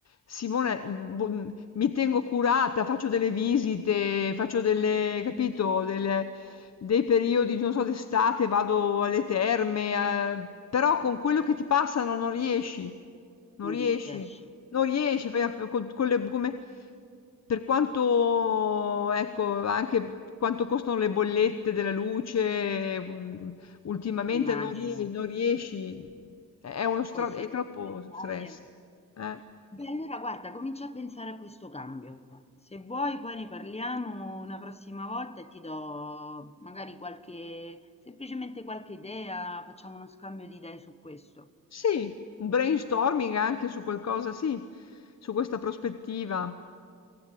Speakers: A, on the left (about 50°); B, on the left (about 20°).
A: Simone, boh, mi tengo curata, faccio delle visite, faccio delle, capito, delle- dei periodi, non so, d'estate vado alle terme, eh, però con quello che ti passano non riesci, non
B: non
A: riesci,
B: riesci.
A: non riesci, fai app- con- con le- come, per quanto, ecco, anche quanto costano le bollette della luce, mm, ultimamente
B: Immagino.
A: non rie- non riesci, è uno stra-
B: Costo
A: è
B: della
A: troppo
B: vita in Italia.
A: stress. Eh?
B: Beh, allora guarda, comincia a pensare a questo cambio. Se vuoi, poi ne parliamo una prossima volta e ti do magari qualche, semplicemente qualche idea, facciamo uno scambio di idee su questo.
A: Sì, un brainstorming anche su qualcosa, sì, su questa prospettiva.